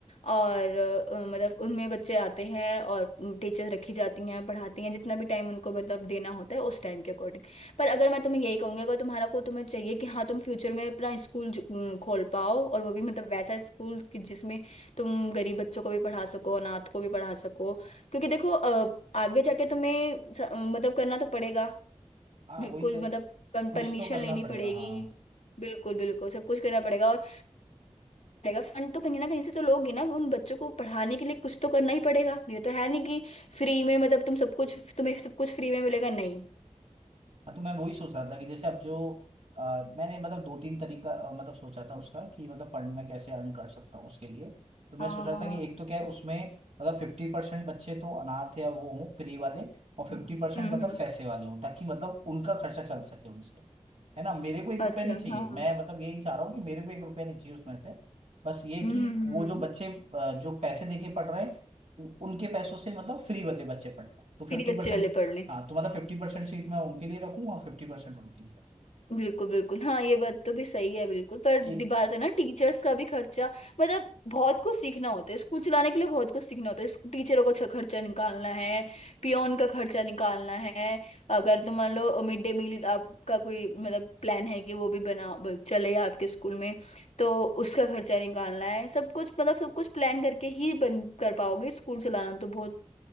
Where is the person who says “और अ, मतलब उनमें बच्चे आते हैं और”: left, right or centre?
Left